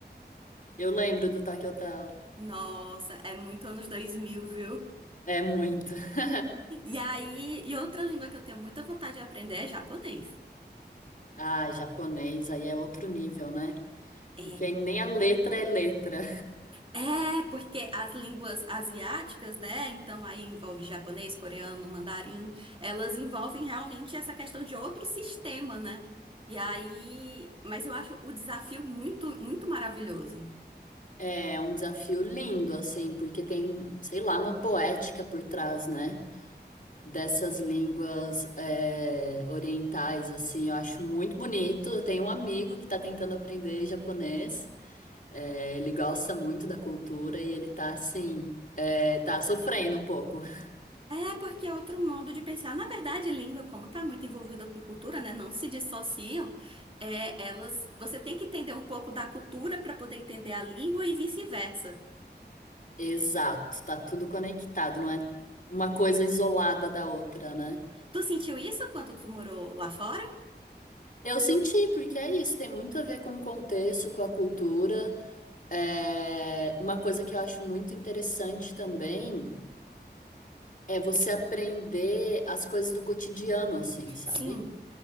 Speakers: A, on the left; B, on the right.
A: eu lembro do Tokyo Hotel.
B: Nossa, é muito anos 2000, viu?
A: É muito. <laughs>
B: E aí, e outra língua que eu tenho muita vontade de aprender é japonês.
A: Ah, japonês, aí é outro nível, né?
B: É
A: Porque aí nem a letra é letra.
B: É, porque as línguas asiáticas, né? Então aí envolve japonês, coreano, mandarim, elas envolvem realmente essa questão de outro sistema, né? E aí, mas eu acho o desafio muito, muito maravilhoso.
A: É um desafio lindo, assim, porque tem, sei lá, uma poética por trás, né? dessas línguas é, orientais, assim, eu acho muito bonito. Eu tenho um amigo que está tentando aprender japonês, é, ele gosta muito da cultura e ele tá assim, é, tá sofrendo um pouco. <laughs>
B: É, porque é outro modo de pensar. Na verdade, língua, como está muito envolvida com cultura, né? Não se dissociam. é, elas, você tem que entender um pouco da cultura para poder entender a língua e vice-versa.
A: Exato, tá tudo conectado, não é uma coisa isolada da outra, né?
B: Tu sentiu isso quando tu morou lá fora?
A: Eu senti, porque é isso, tem muito a ver com o contexto, com a cultura. É, uma coisa que eu acho muito interessante também. É você aprender as coisas do cotidiano, assim, sabe?
B: Sim,